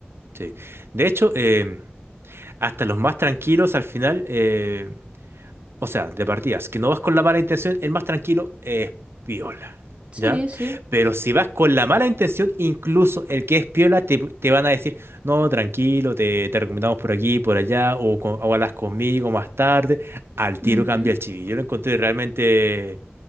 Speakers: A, on the right (about 75°); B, on the right (about 30°).
A: sí. De hecho, em, hasta los más tranquilos al final. eh, O sea, de partidas, que no vas con la mala intención, el más tranquilo es piola,
B: Sí,
A: ¿ya?
B: sí.
A: Pero si vas con la mala intención, incluso el que es piola te, te van a decir, no, tranquilo, te, te recomendamos por aquí, por allá, o, con- o hablas conmigo más tarde, al tiro
B: Ujú,
A: cambia el chiví. Yo lo encontré realmente,